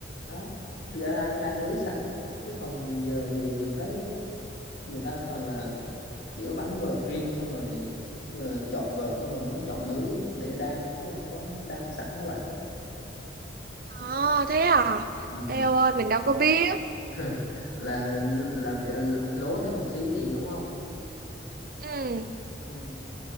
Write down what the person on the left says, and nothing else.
đó đang, đang lưới sẵn chứ còn giờ thì mình thấy người ta toàn là chỉ có bắn vợt riêng xong rồi ờ, chọn vợt xong rồi mới chọn lưới để đan chứ không có đan sẵn các bạn
ừ.
<laughs> là là bị lố thêm một xí tiền đúng không
ừ.